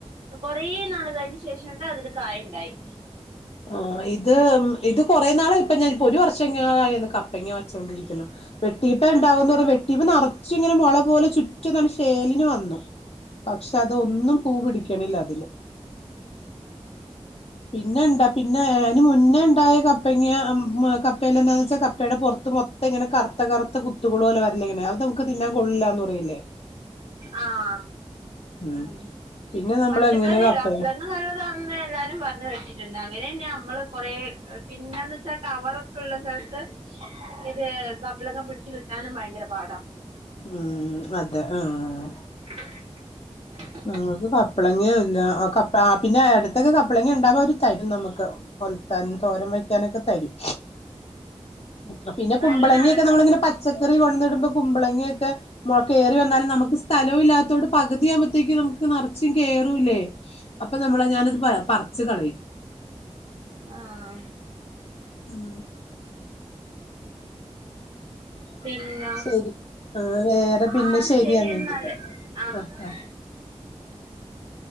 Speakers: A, on the right (about 70°); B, on the left (about 55°).
A: കൊറെ നാള് കഴിഞ്ഞന്ശേഷണ്ട് അതില് കായണ്ടായി
B: ആഹ ഇത് ഇത് കൊറെ നാളായ് ഇപ്പഞൻ ഒരു വർഷംങ്ങോലായി കപ്പ ങ്ങ വച്ചോണ്ട വെട്ടീപ്പേണ്ടാവ
A: ആ
B: വെട്ടീപ്പനറ ചിരിങ്ങനെ മൊളപോലെ ചുറ്റ്നല്ല ശേലിന് വന്നു പക്ഷെ അതൊന്നും പൂ പിടിക്കണില്ലതില് പിന്നെണ്ട പിന്നെഅയ്ന് മുന്നേണ്ടായ കപ്പങ്യാ മ് കപ്പേലെന്നാന്ന് വെച്ചാ കപ്പേടെ പൊറത്ത് മൊത്തം തെങ്ങനെ കറ്ത്തകറ്ത്ത കുത്തുകളോലെ വരല്ലേങ്ങനെ അതമക്ക് തിന്നാ കൊള്ളില്ലെന്ന് പറയലില്ലേ..
A: ആഹ
B: ഉം
A: ഹ്
B: പിന്നെ നമ്മള്
A: പച്ചക്കറില്ലേ
B: എങ്ങനെ കപ്പ
A: <unintelligible> ആ നല്ലതാന്ന് എല്ലാരും പറഞ്ഞ കേട്ടിട്ട്ണ്ട് അങ്ങനെന്നമ്മള് കൊറെ പിന്നെന്ത് ച്ചാ ടവർ ക്ക്ള്ള സ്ഥലത്ത് ഇത് കപ്ലളങ്ങ പിടച്ച് കിട്ടാനും ഭയങ്കര പാടാ
B: ഉം അതെ ആഹ്
A: <inaudible>
B: ഞങ്ങക്ക് കപ്പളങ്ങീല്ല ആഹ് ആ പിന്നെ അടുത്തൊക്കെ കപ്പളങ്ങണ്ടാവൊര് തരും നമ്മക്ക് കൊലത്താനും തോരം വെ ക്കാനക്കതരും അ പിന്നാകുമ്പളങ്ങിക്കെ
A: നല്ലതാണല്ലോ
B: നമ്മള്ങ്ങനെ
A: അത്
B: പച്ചക്കറി കൊണ്ടന്നിടുമ്പോ കുമ്പളിങ്ങിയൊക്കെ കേറി വന്നാലും നമുക്ക് സ്ഥലോല്ലാത്തോണ്ട് പകുതിയാവു ത്തേക്ക് നമക്ക് നെറച്ചും കേറൂലെ അപ്പനമ്മളെ ഞാനത് പറച്ച് കളയും
A: ആഹ
B: മ്
A: പിന്നെ
B: ശരി ആ വേറെ പിന്നെ
A: ആഹ്
B: ശരിയെന്നെങ്കി
A: ശരി എന്നാല് ആഹ്
B: ആഹ ആ